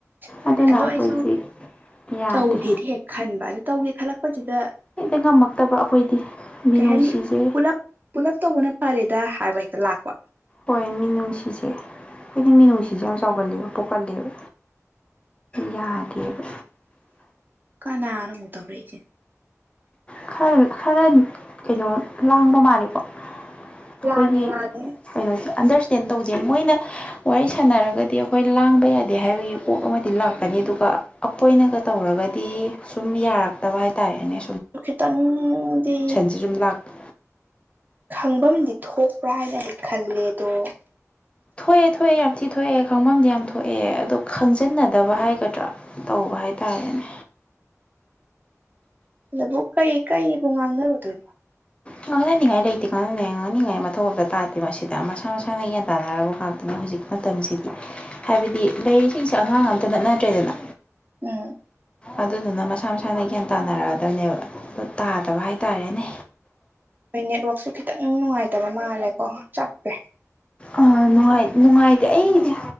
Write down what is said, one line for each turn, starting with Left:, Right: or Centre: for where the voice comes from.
Right: ꯃꯥꯅꯦ
Left: ꯑꯗꯨꯅ
Right: ꯑꯗꯣ
Left: ꯑꯩꯈꯣꯏꯁꯤ
Right: ꯑꯩꯁꯨ
Left: ꯌꯥꯗꯦ
Right: ꯇꯧꯒꯦꯗꯤ ꯍꯦꯛ ꯈꯟꯕ ꯑꯗ ꯇꯧꯒꯦ ꯈꯜꯂꯛꯄꯁꯤꯗ
Left: ꯍꯦꯛꯇ ꯉꯝꯃꯛꯇꯕ ꯑꯩꯈꯣꯏꯗꯤ ꯃꯤꯅꯨꯡꯁꯤꯁꯦ
Right: ꯀꯩ ꯍꯥꯏꯅꯤ ꯄꯨꯂꯞ ꯄꯨꯂꯞ ꯇꯧꯕꯅ ꯐꯔꯦꯗ ꯍꯥꯏꯕ ꯍꯦꯛꯇ ꯂꯥꯛꯄ
Left: ꯍꯣꯏ ꯃꯤꯅꯨꯡꯁꯤꯁꯦ ꯑꯩꯗꯤ ꯃꯤꯅꯨꯡꯁꯤꯁꯦ ꯌꯥꯝ ꯆꯥꯎꯒꯜꯂꯦꯕ ꯄꯣꯛꯀꯜꯂꯦꯕ ꯌꯥꯗꯦꯕ
Right: ꯀꯅꯥꯅꯣ ꯑꯃꯨꯛ ꯇꯧꯔꯛꯏꯖꯤꯅ
Left: ꯈꯔꯜ ꯈꯔꯟ ꯀꯩꯅꯣ ꯂꯥꯡꯕ ꯃꯥꯜꯂꯦꯀꯣ ꯑꯩꯈꯣꯏꯒꯤ
Right: ꯂꯥꯡꯉꯦ ꯂꯥꯡꯉꯦ
Left: ꯀꯩꯅꯣꯁꯦ ꯑꯟꯗꯔꯁ ꯇꯦꯟ ꯇꯧꯗꯦ ꯃꯣꯏꯅ ꯋꯥꯔꯤ ꯁꯥꯟꯅꯔꯒꯗꯤ ꯑꯩꯈꯣꯏ ꯂꯥꯡꯕ ꯌꯥꯗꯦ ꯍꯥꯏꯕꯒꯤ ꯄꯣꯛ ꯑꯃꯗꯤ ꯂꯥꯛꯀꯅꯤ ꯑꯗꯨꯒ ꯑꯈꯣꯏꯅꯒ ꯇꯧꯔꯒꯗꯤ ꯁꯨꯝ ꯌꯥꯔꯛꯇꯕ ꯍꯥꯏꯇꯥꯔꯦꯅꯦ
Right: ꯑꯗꯨ ꯈꯤꯇꯪꯗꯤ
Left: ꯁꯤ ꯁꯨꯝ ꯂꯥꯛꯄ
Right: ꯈꯪꯐꯝꯗꯤ ꯊꯣꯛꯄ꯭ꯔꯥ ꯍꯥꯏꯅꯗꯤ ꯈꯜꯂꯦꯗꯣ
Left: ꯊꯣꯛꯑꯦ ꯊꯣꯛꯑꯦ ꯌꯥꯝ ꯊꯤ ꯊꯣꯛꯑꯦ ꯈꯪꯐꯝꯗꯤ ꯌꯥꯝ ꯊꯣꯛꯑꯦ ꯑꯗꯣ ꯈꯪꯖꯤꯟꯅꯗꯕ ꯍꯥꯏꯒꯗ꯭ꯔꯥ ꯇꯧꯕ ꯍꯥꯏꯇꯥꯔꯦꯅꯦ
Right: ꯑꯗꯨꯕꯨ ꯀꯩ ꯀꯩꯕꯨ ꯉꯥꯡꯅꯔꯨꯗꯣꯏꯅꯣ
Left: ꯉꯥꯡꯅꯅꯤꯡꯉꯥꯏ ꯂꯩꯇꯦ ꯀꯥꯟꯅ ꯉꯥꯡꯅꯤꯡꯉꯥꯏ ꯃꯊꯧ ꯑꯃꯝ ꯇꯥꯗꯦ ꯃꯁꯤꯗ ꯃꯁꯥ ꯃꯁꯥꯅ ꯒꯌꯥꯟ ꯇꯥꯅꯔꯕ ꯉꯥꯛꯇꯅꯦ ꯍꯧꯖꯤꯛꯇꯤ ꯃꯇꯝꯁꯤꯗꯤ ꯍꯥꯏꯕꯗꯤ ꯂꯩꯔꯤꯁꯤꯡꯁꯦ ꯑꯉꯥꯡ ꯑꯃꯇ ꯅꯠꯅꯗ꯭ꯔꯦꯗꯅ
Right: ꯎꯝ
Left: ꯑꯗꯨꯗꯨꯅ ꯃꯁꯥ ꯃꯁꯥꯅ ꯒ꯭ꯌꯥꯟ ꯇꯥꯟꯅꯔꯛꯑꯗꯕꯅꯦꯕ ꯑꯗꯨ ꯇꯥꯗꯕ ꯍꯥꯏꯇꯥꯔꯦꯅꯦ
Right: ꯍꯣꯏ ꯅꯦꯠꯋꯥꯛꯁꯨ ꯈꯤꯇꯪ ꯅꯨꯡꯉꯥꯏꯇꯕ ꯃꯥꯜꯂꯦꯀꯣ ꯆꯞꯄꯦ
Left: ꯑ ꯅꯨꯉꯥꯏ ꯅꯨꯡꯉꯥꯏꯇꯦ ꯑꯩꯗꯤ